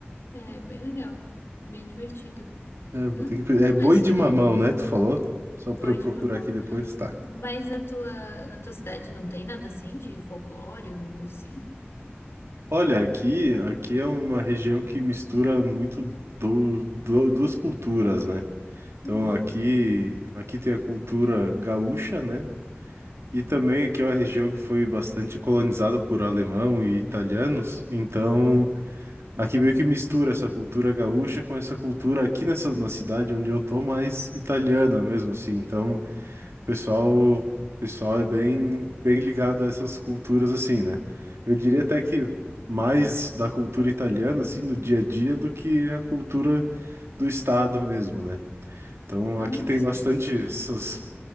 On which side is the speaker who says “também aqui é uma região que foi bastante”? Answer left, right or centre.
Right